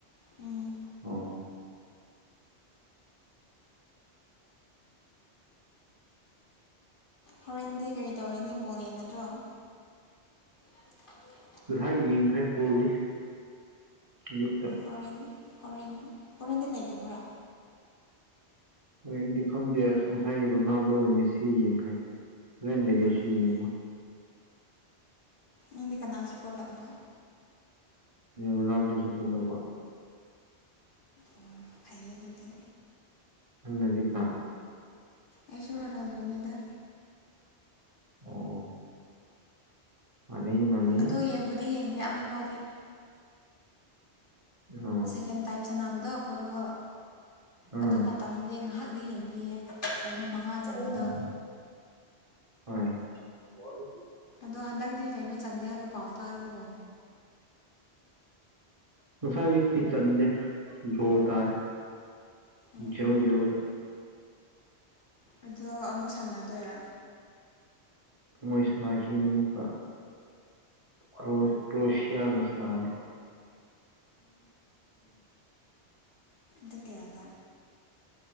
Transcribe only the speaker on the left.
ꯎꯝ
ꯍꯣꯔꯦꯟꯗꯤ ꯀꯔꯤ ꯇꯧꯔꯅꯦ ꯕꯣꯜ ꯌꯦꯡꯒꯗ꯭ꯔꯣ <unintelligible>
ꯍꯣꯔꯦꯟ ꯍꯣꯔꯦꯟ ꯐꯣꯔꯦꯟꯗꯤ ꯂꯩꯇꯕ꯭ꯔꯥ
ꯎꯝ
ꯅꯪꯗꯤ ꯀꯥꯅꯥ ꯁꯄꯣꯠ ꯇꯧꯕ
ꯑꯣ ꯐꯩꯌꯦ ꯑꯗꯨꯗꯤ
ꯑꯩꯁꯨ ꯔꯣꯅꯥꯜꯗꯣꯅꯦꯗ
ꯑꯗꯣ ꯌꯦꯡꯕꯨꯗꯤ ꯌꯦꯡꯗꯦ ꯑꯃꯐꯥꯎꯗꯤ
ꯁꯦꯀꯦꯟ ꯇꯥꯏꯝ ꯁꯥꯟꯅꯕꯗ ꯄꯣꯔꯇꯨꯒꯜ
ꯑꯗꯨ ꯃꯇꯝꯗꯨꯗꯤ ꯉꯥꯏꯍꯥꯛꯅꯤ ꯌꯦꯡꯕꯤꯌꯦ ꯀꯩꯅꯣ ꯃꯉꯥ ꯆꯟꯕꯗꯣ
ꯑꯗꯣ ꯍꯟꯗꯛꯇꯤ ꯀꯩꯅꯣ ꯆꯟꯗꯦ ꯍꯥꯏꯕ ꯄꯥꯎ ꯇꯥꯕꯨꯒꯣ
ꯎꯝ
ꯑꯗꯣ ꯑꯃꯨꯛ ꯁꯥꯟꯅꯗꯣꯏꯔꯥ
ꯗꯦꯗ ꯀꯌꯥꯗ